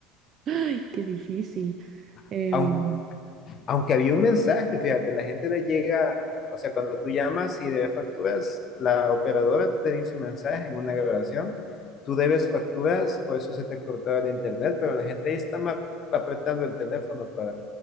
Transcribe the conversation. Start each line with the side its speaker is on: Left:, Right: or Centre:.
Right: Ay, qué difícil.
Left: <laughs>
Right: Em,
Left: Aun- aunque había un mensaje, fíjate, la gente le llega, o sea, cuando tú llamas y debes facturas, la operadora te dice un mensaje en una grabación, tú debes facturas, por eso se te cortaba el internet, pero la gente ahí está ma- apretando el teléfono para